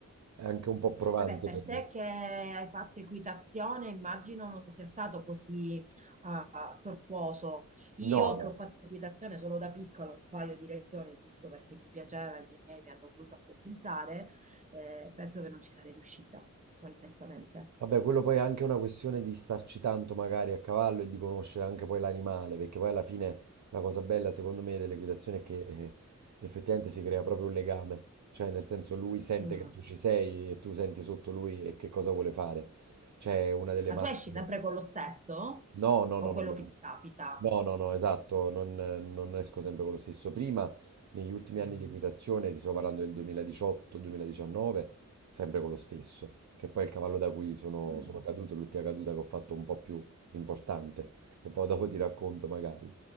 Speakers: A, on the right; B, on the right.
A: anche un po' provante
B: Vabbè, per
A: per...
B: te che hai fatto equitazione, immagino non sia stato così ah, tortuoso. Io
A: No, no.
B: che ho fatto equitazione solo da piccola, un paio di lezioni, giusto perché mi piaceva e i miei mi hanno voluto accontentare, eh, penso che non ci sarei riuscita, onestamente.
A: Vabbè, quello poi è anche una questione di starci tanto magari a cavallo e di conoscere anche poi l'animale, perché poi alla fine la cosa bella secondo me dell'equitazione è che eh, effettivamente si crea proprio un legame, cioè nel senso lui sente
B: Mm.
A: che tu ci sei e tu senti sotto lui e che cosa vuole fare. Cioè una delle
B: Ma
A: massime.
B: tu esci sempre con lo stesso
A: No, no,
B: o
A: no, no,
B: quello
A: no.
B: che ti capita?
A: No, no, no, esatto, non, non esco sempre con lo stesso. Prima, negli ultimi
B: Eh,
A: anni di equitazione, ti sto parlando del 2018-2019, sempre con lo stesso, che poi è il cavallo da cui sono,
B: mm,
A: sono caduto, l'ultima caduta che ho fatto un po' più importante, che poi dopo ti racconto magari.